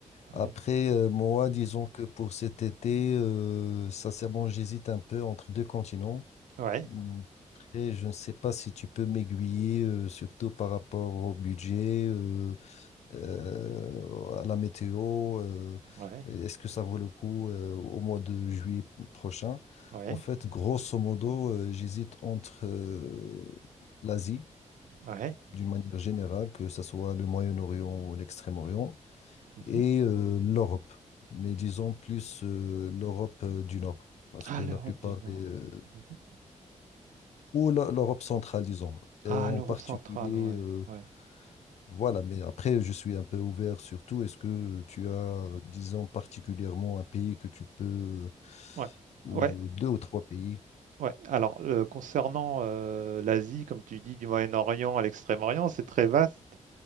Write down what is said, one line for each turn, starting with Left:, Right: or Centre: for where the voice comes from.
Left: Après,
Right: Ouais,
Left: euh, moi, disons que pour cet été, euh, sincèrement, j'hésite un peu entre deux continents.
Right: ouais,
Left: Mm, Après, je ne sais pas si tu peux m'aiguiller, euh, surtout par rapport au budget. euh, euh, à la météo, euh,
Right: ouais,
Left: est-ce que ça vaut le coup euh, au mois de juillet prochain?
Right: ouais,
Left: En fait, grosso modo, euh, j'hésite entre euh, l'Asie,
Right: ouais.
Left: d'une manière générale, que ce soit le Moyen-Orient ou l'Extrême-Orient,
Right: Mhm.
Left: et euh, l'Europe, mais disons plus euh, l'Europe euh, du Nord, parce
Right: Ah,
Left: que la
Right: l'Europe
Left: plupart
Right: du Nord.
Left: des... euh,
Right: Mhm.
Left: ou l'E- l'Europe centrale, disons, et
Right: Ah,
Left: en
Right: l'Europe
Left: particulier
Right: centrale, ouais,
Left: euh,
Right: ouais.
Left: Voilà, mais après, je suis un peu ouvert sur tout. Est-ce que tu as, disons, particulièrement un pays que tu peux,
Right: Ouais,
Left: ou
Right: ouais,
Left: deux ou trois pays?
Right: ouais. Alors, le- concernant euh, l'Asie, comme tu dis, du Moyen-Orient à l'Extrême-Orient, c'est très vaste